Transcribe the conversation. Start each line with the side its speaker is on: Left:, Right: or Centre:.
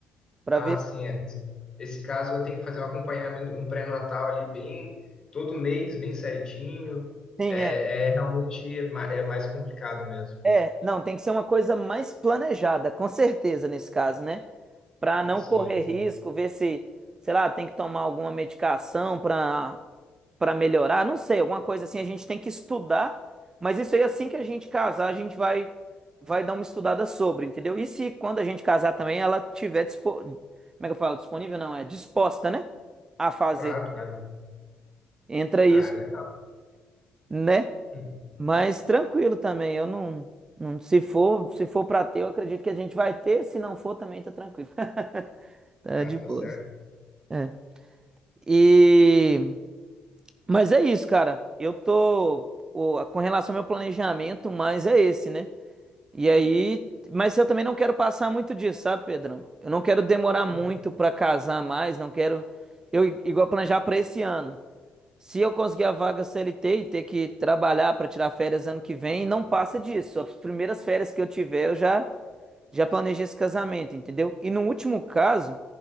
Right: para
Left: ah,
Right: ver se.
Left: sim, é. Nesse esse caso eu tenho que fazer um acompanhamento, um pré-natal ali bem todo mês, bem certinho.
Right: Sim,
Left: É,
Right: é.
Left: é realmente é, ma- é mais complicado mesmo.
Right: É, não, tem que ser uma coisa mais planejada, com certeza, nesse caso, né? para não
Left: Sim,
Right: correr risco, ver se, sei lá, tem que tomar alguma medicação para para melhorar, não sei, alguma coisa assim, a gente tem que estudar, mas isso aí, assim que a gente casar, a gente vai, vai dar uma estudada sobre, entendeu? E se quando a gente casar também ela tiver dispo... Como é que eu falo? Disponível não, é disposta, né? A fazer.
Left: claro, claro.
Right: Entra isso,
Left: Ah, le-
Right: né?
Left: hum.
Right: Mas tranquilo também, eu não, não se for, se for para ter, eu acredito que a gente vai ter, se não for também tá tranquilo. <laughs> Tá
Left: ah,
Right: de boas.
Left: tá certo.
Right: É. E mas é isso, cara. Eu tô o- com relação ao meu planejamento, mas é esse, né? E aí, mas eu também não quero passar muito disso, sabe, Pedrão? Eu não quero demorar
Left: Ah,
Right: muito pra casar mais, não quero eu i- igual planejar pra esse ano. Se eu conseguir a vaga CLT e ter que trabalhar para tirar férias ano que vem, não passa disso. As primeiras férias que eu tiver, eu já já planejei esse casamento, entendeu? E no último caso,